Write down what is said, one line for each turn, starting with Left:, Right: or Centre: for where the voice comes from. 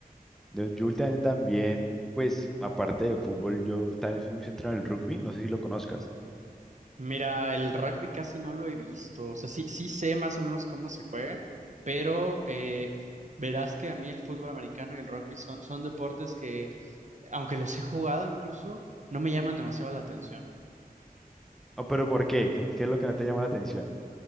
Centre: Yo, yo últimamente también, pues, aparte de fútbol, yo también fui muy centrado en el rugby. No sé si lo conozcas.
Right: Mira, el rugby casi no lo he visto. O sea, sí, sí sé más o menos cómo se juega, pero eh, verás que a mí el fútbol americano y el rugby son, son deportes que aunque los he jugado incluso, no me llaman demasiado la atención.
Centre: Ah, pero ¿por qué? ¿Qué, qué es lo que no te llama la atención?